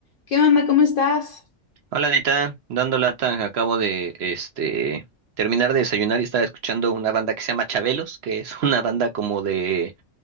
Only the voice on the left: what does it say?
¿Qué onda? ¿Cómo estás?